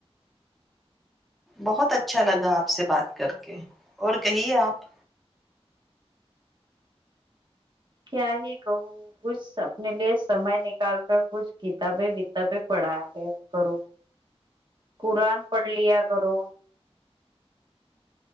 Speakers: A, in the centre; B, on the right.
A: بہت اچھا لگا آپ سے بات کر کے اور کہیے آپ
B: کیا ہی کہوں کچھ اپنے لیے سمئے نکال کر کچھ کتابیں وتابیں پڑھا کر کرو قرآن پڑھ لیا کرو